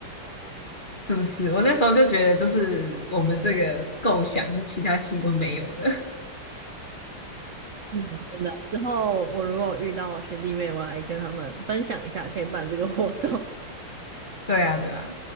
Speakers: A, on the left; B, on the right.
A: <laughs> 是不是？我那时候就觉得，就是我们这个构想是其他系都没有的。
B: 嗯，真的。之后我如果遇到学弟妹，我来跟他们分享一下，可以办这个活动。
A: <laughs> 对啊，对啊。